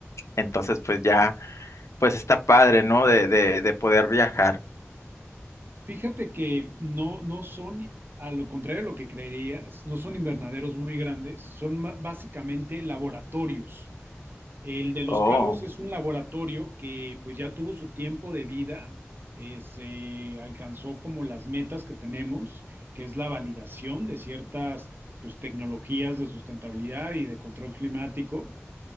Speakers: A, on the left; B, on the right.
A: entonces pues ya pues está padre, ¿no? De, de, de poder viajar.
B: Fíjate que no, no son, a lo contrario de lo que creerías, no son invernaderos muy grandes, son ma- básicamente laboratorios. El de Los
A: Oh.
B: Cabos es un laboratorio que pues ya tuvo su tiempo de vida, eh, se alcanzó como las metas que tenemos, que es la validación de ciertas pues tecnologías de sustentabilidad y de control climático.